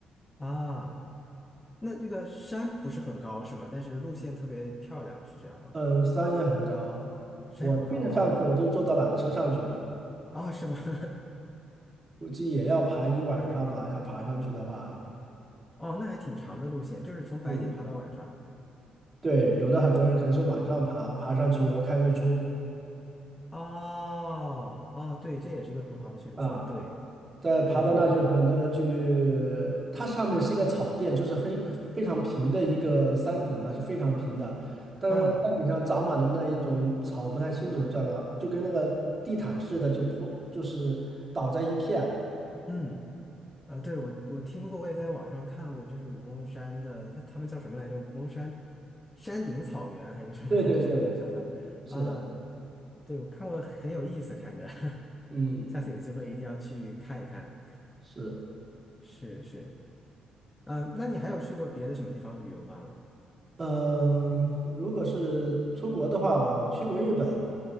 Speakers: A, on the left (about 20°); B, on the right (about 30°).
A: 啊。那这个山不是很高是吗？但是路线特别漂亮，是这样吗？
B: 嗯，山也很高，
A: 山很高哦，
B: 我去的上次我都坐到缆车上去的，
A: 哦，是吗？<laughs>
B: 估计也要爬一晚上吧，要爬上去的话。
A: 哦，那还挺长的路线，就是从白天爬到晚上。
B: 嗯。对，有的很多人可能是晚上爬，爬上去以后看日出
A: 哦哦，对，这也是个很好的选择。
B: 啊，
A: 对
B: 在爬到那就很多人去，
A: 对对对
B: 它上面是一个草甸，就是黑非常平的一个山顶啊，是非常平的，但是山顶上长满了那一种草，
A: 啊，
B: 我不太清楚叫什么，就跟那个地毯似的，就铺就是倒在一片。
A: 嗯啊，对我我听过，我也在网上看过，就是武功山的，他他们叫什么来着？武功山山顶草原还是什么的这种叫法啊？
B: 对对对，是的，
A: 对，我看过，很有意思，看着。<laughs>
B: 嗯，
A: 下次有机会一定要去看一看。
B: 是，
A: 是是，嗯、那你还有去过别的什么地方旅游吗？
B: 嗯、如果是出国的话，我我去过日本，